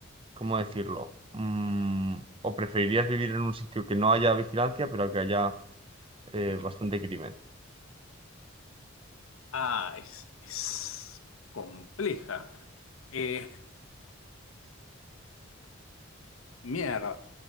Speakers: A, on the right; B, on the left.
A: ¿cómo decirlo? Mm, ¿o preferirías vivir en un sitio que no haya vigilancia, pero que haya eh, bastante crimen?
B: Ah, es, es compleja. Eh, mierda.